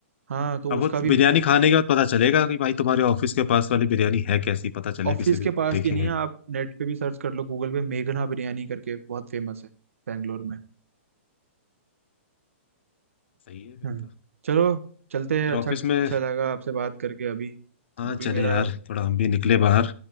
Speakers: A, on the right (about 80°); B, on the left (about 60°).
A: हाँ तो
B: अब
A: उसका
B: वो
A: भी
B: बिरयानी खाने के बाद पता चलेगा कि भाई तुम्हारे ऑफिस के पास वाली बिरयानी है कैसी पता चले
A: ऑफिस
B: किसी दिन
A: के पास
B: देखेंगे
A: की नहीं है आप नेट पे भी सर्च कर लो गूगल पे मेघना बिरयानी करके बहुत फेमस है बेंगलोर में
B: सही है फिर
A: हम्म
B: तो
A: चलो चलते हैं
B: फिर
A: अच्छा
B: ऑफिस
A: अच्छा
B: में
A: लगा आपसे बात करके अभी
B: हाँ
A: अभी
B: चले
A: मेरा
B: यार थोड़ा हम भी निकले बाहर